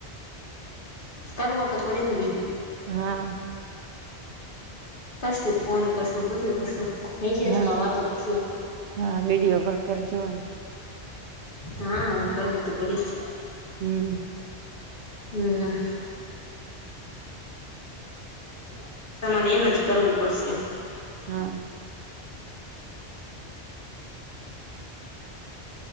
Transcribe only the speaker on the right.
હા
હા
હા વિડીયો કોલ કરજો
હમ્મ
હ
હા